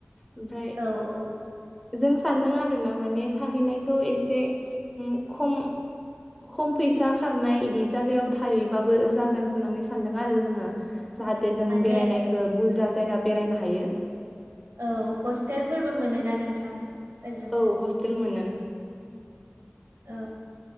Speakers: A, in the centre; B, on the right.
A: ओमफ्राय
B: औ औ।
A: जों सानदों आरो ना माने थाहैनायखौ एसे उम खम खम फैसा खारनाय इदि जागायाव थायोबाबो जागोन होननानै सानदों आरो जोङो जाहाथे जों
B: माने
A: बेरायनायखो बुरजा जायगा बेरायनो हायो।
B: औ हस्टेलफोरबो मोनोना नोंथां? ओजों
A: औ हस्टेल मोनो।
B: औ